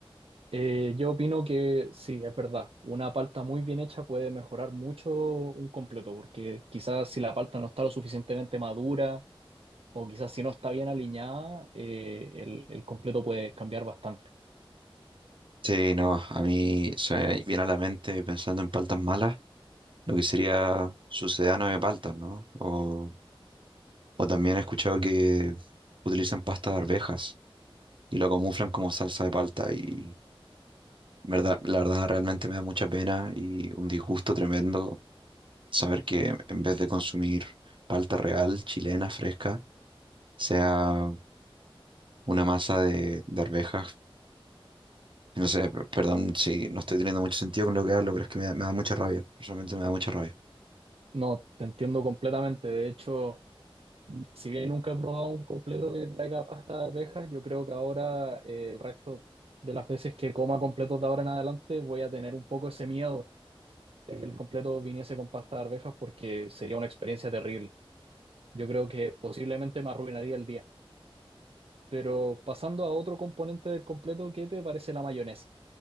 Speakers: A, on the right; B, on the right.
A: Eh, yo opino que sí, es verdad. Una palta muy bien hecha puede mejorar mucho un completo, porque quizás si la palta no está lo suficientemente madura o quizás si no está bien alineada, eh, el, el completo puede cambiar bastante.
B: Sí, no, a mí se me viene a la mente pensando en paltas malas, lo que sería sucedano de paltas, ¿no? O, o también he escuchado que utilizan pasta de arvejas y lo camuflan como salsa de palta y verdad, la verdad realmente me da mucha pena y un disgusto tremendo saber que en vez de consumir palta real, chilena, fresca, sea una masa de, de arvejas. No sé, p- perdón si no estoy teniendo mucho sentido con lo que hablo, pero es que me da, me da mucha rabia. Personalmente me da mucha rabia.
A: No, te entiendo completamente. De hecho, si bien nunca he probado un completo que traiga pasta de arvejas, yo creo que ahora eh, el resto de las veces que coma completos de ahora en adelante voy a tener un poco ese miedo de que el completo viniese con pasta de arvejas porque sería una experiencia terrible. Yo creo que posiblemente me arruinaría el día. Pero pasando a otro componente del completo, ¿qué te parece la mayonesa